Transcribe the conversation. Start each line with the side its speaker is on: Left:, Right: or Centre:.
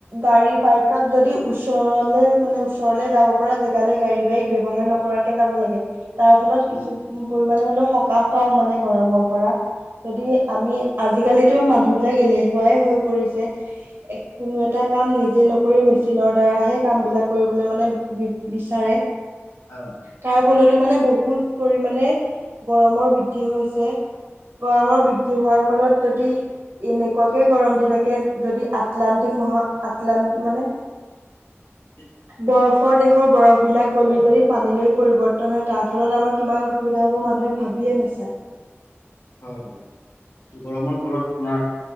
Right: গাড়ী বাইকত যদি ওচৰলে মানে ওচৰলে যাব পৰা জেগালৈ গাড়ী বাইক ব্যৱহাৰ নকৰাকে যাব লাগে। তাৰ ফলত
Left: উম
Right: কিছু পৰিমমানে হলেও সকাহ পাওঁ মানে গৰমৰ পৰা। যদি
Left: হয়
Right: আমি, আজিকালিটো মানুহ বিলাক এলেহুৱাই হৈ পৰিছে। কোনো এটা কাম নিজে নকৰি মেচিনৰ দ্বাৰাহে কাম বিলাক কৰিবলে মানে বি বিচাৰে
Left: হয়
Right: তাৰ ফলতো মানে বহুত পৰিমানমানে গৰমৰ বৃদ্ধি হৈ গৰমৰ
Left: উম,
Right: বৃদ্ধি হোৱাৰ ফলত যদি এনেকুৱাকে গৰম দি থাকে যদি আটলানটিক মহা আটলানট মানে
Left: <inaudible>
Right: বৰফৰ দেশৰ বৰফ বিলাক গলি যদি পানীলৈ পৰিবৰ্তন হয়। তাৰ ফলত আমাৰ কিমান অসুবিধা হ'ব মানুহে ভাবিয়ে নাচায়।
Left: হয় হয় গৰমৰ ফলত আপোনাৰ